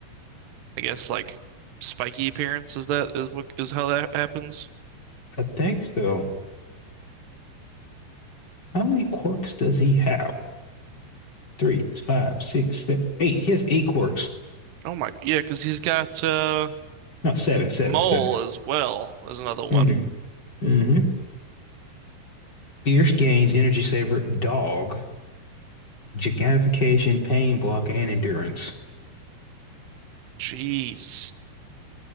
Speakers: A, on the right (about 70°); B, on the left (about 25°).
A: I guess like spiky appearance. Is that is what is how that happens?
B: I think so. How many quirks does he have? Three, five, six, se- eight. He has eight quirks.
A: Oh my, yeah, because he's got uh,
B: No, seven, seven,
A: mole
B: seven.
A: as well as another one.
B: Mm, mhm. Pierce gains energy saver, dog, gigantification, pain block, and endurance.
A: Jeez.